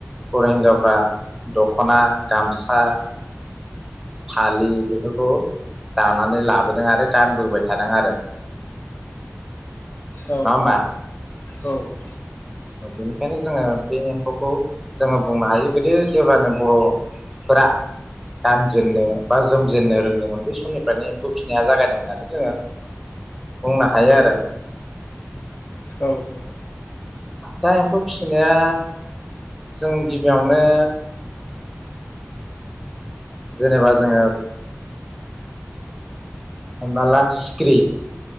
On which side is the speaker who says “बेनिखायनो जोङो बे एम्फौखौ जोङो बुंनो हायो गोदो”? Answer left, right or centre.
Centre